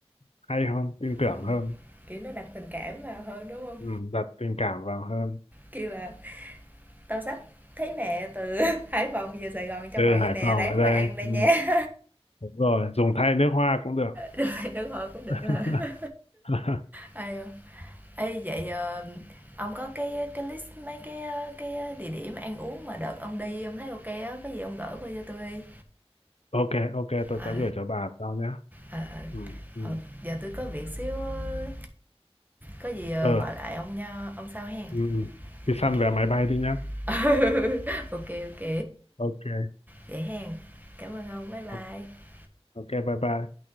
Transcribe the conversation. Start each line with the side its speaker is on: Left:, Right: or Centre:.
Left: hay hơn tin tưởng
Right: ờ,
Left: hơn
Right: kiểu, nó đặt tình cảm vào hơn, đúng không?
Left: ừ, đặt tình cảm vào hơn
Right: Kêu là "Tao xách thấy mẹ từ <laughs> Hải Phòng về Sài Gòn cho
Left: từ
Right: mày
Left: Hải
Right: nè,
Left: Phòng
Right: ráng
Left: về đây
Right: mà ăn đây
Left: ừ,
Right: nha."
Left: đúng rồi dùng thay nước hoa cũng được
Right: Đúng rồi, đúng rồi, cũng được hả?
Left: <laughs> <laughs>
Right: Ai, ờ, ê vậy ờ, ông có cái cái list mấy cái ờ, cái ờ, địa điểm ăn uống mà đợt ông đi ông thấy ok á, có gì ông gửi qua cho tôi đi.
Left: ok ok tôi
Right: Ờ
Left: sẽ gửi cho bà sau nhé
Right: ờ ờ.
Left: ừ ừ
Right: Ờ, giờ tôi có việc xíu ờ, có gì ờ,
Left: ờ
Right: gọi lại ông nha, ông sau hen.
Left: ừ, ừ. đi săn
Right: Ok.
Left: vé máy bay đi nhá
Right: <laughs> Ok ok.
Left: ok
Right: Vậy hen. Cảm ơn ông. Bye bye.
Left: ok ok, bye bye